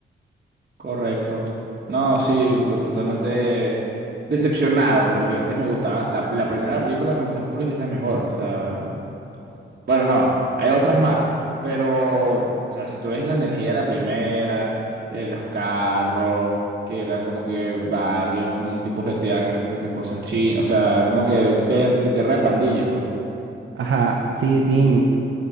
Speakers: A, on the right (about 45°); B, on the right (about 70°).
A: Correcto. No, sí, co- totalmente decepcionado. Porque antes me gustaba. La, la primera película Fast and Furious es la mejor. O sea. Bueno, no, hay otras más, pero, o sea, si tú ves la energía de la primera, eh, los carros, que eran como que barrios, como un tipo GTA, que eran como que cosas chinas, o sea, como que guer- guerra de pandillas, pues.
B: Ajá,
A: Y,
B: sí, bien,
A: y,